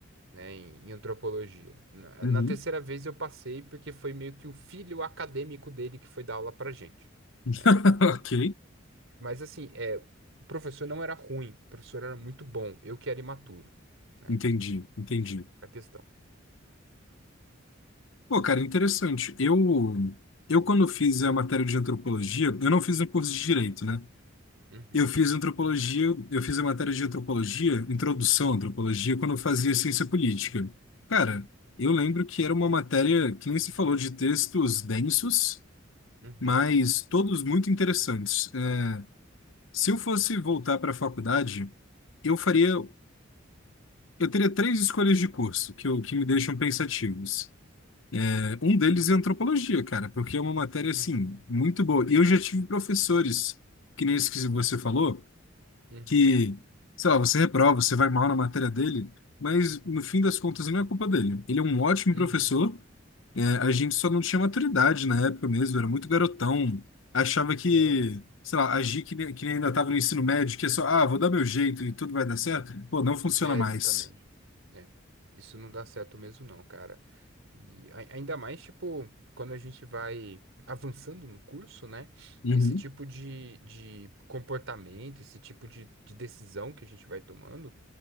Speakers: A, on the right (about 75°); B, on the left (about 70°).
A: né, em, em antropologia. Na,
B: Uhum.
A: na terceira vez eu passei porque foi meio que o filho acadêmico dele que foi dar aula pra gente. né?
B: <laughs> Ok.
A: Mas assim, é, o professor não era ruim, o professor era muito bom, eu que era imaturo, né?
B: Entendi, entendi.
A: A questão.
B: Pô, cara, interessante. Eu, eu quando fiz a matéria de antropologia, eu não fiz o curso de direito, né?
A: Uhum,
B: Eu fiz antropologia, eu fiz a matéria de antropologia, introdução à antropologia, quando eu fazia ciência política. Cara, eu lembro que era uma matéria que nem se falou de textos densos,
A: uhum,
B: mas todos muito interessantes. É, se eu fosse voltar para a faculdade, eu faria, eu teria três escolhas de curso que, eu, que me deixam pensativos. Um deles é antropologia, cara, porque é uma matéria, assim,
A: uhum,
B: muito boa. E eu já tive professores, que nem esse que você falou,
A: uhum,
B: que, sei lá, você reprova, você vai mal na matéria dele, mas no fim das contas não é culpa dele. Ele é um ótimo
A: uhum.
B: professor, é, a gente só não tinha maturidade na época mesmo, era muito garotão, achava que,
A: É.
B: sei lá, agir que nem, que nem ainda estava no ensino médio, que é só, ah, vou dar meu jeito e tudo vai dar certo. Pô, não funciona
A: É,
B: mais.
A: exatamente. É. Isso não dá certo mesmo, não, cara. E ai- ainda mais, tipo, quando a gente vai avançando no curso, né?
B: Uhum,
A: Esse tipo de, de comportamento, esse tipo de, de decisão que a gente vai tomando,